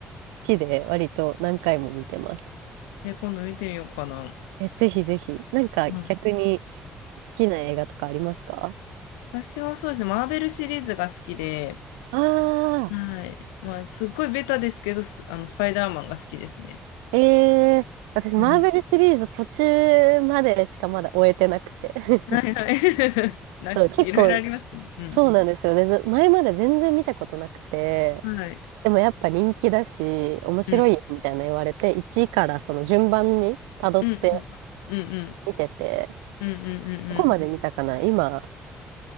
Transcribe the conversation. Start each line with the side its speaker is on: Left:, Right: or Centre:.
Right: 好きで割と何回も見てます。
Left: で、今度見てみようかな。
Right: え、ぜひぜひ。なんか逆に
Left: うん、
Right: 好きな映画とかありますか
Left: 私はそうですね、マーベルシリーズが好きで、
Right: ああ
Left: はい。まあ、すっごいベタですけど、すあのスパイダーマンが好きですね。
Right: ー、えー、私マーベルシリーズ途中までしかまだ終えてなくて。
Left: うん。
Right: <laughs>
Left: <laughs> はいはい。<laughs> な、
Right: そう、結構
Left: いろいろありますね。うん。
Right: そうなんですよ。で、ず前まで全然見たことなくて、
Left: はい。
Right: でもやっぱ人気だし、面白いよみたいな言われて、
Left: うん。
Right: 1位からその順番に辿って
Left: うんうん。うんうん。
Right: 見てて、
Left: うんうんうん
Right: どこまで見たかな今、